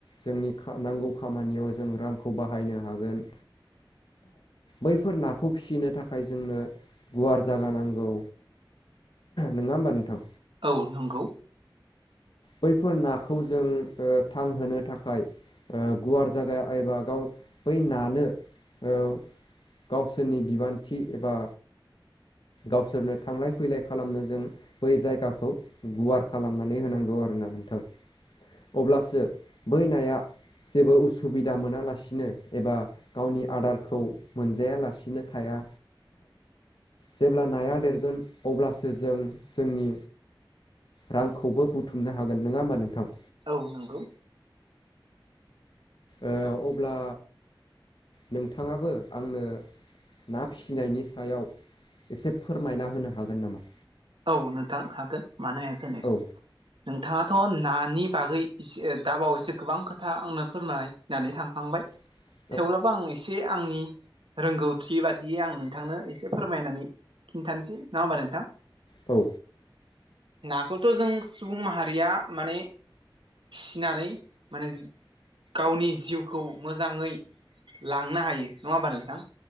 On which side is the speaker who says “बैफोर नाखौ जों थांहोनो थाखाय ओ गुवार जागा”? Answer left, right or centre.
Left